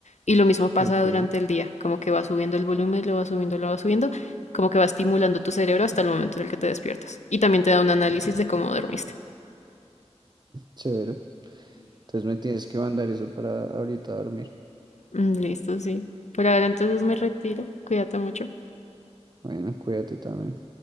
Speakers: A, on the left; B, on the right.
A: Y lo mismo pasa
B: Ok,
A: durante el día, como que va subiendo el volumen, lo va subiendo, lo va subiendo, como que va estimulando tu cerebro hasta el momento en el que te despiertas. Y también te da un análisis de cómo dormiste.
B: severo. Entonces me tienes que mandar eso para ahorita dormir.
A: Mm, Listo, sí. Por ahora entonces me retiro. Cuídate mucho.
B: Bueno, cuídate también.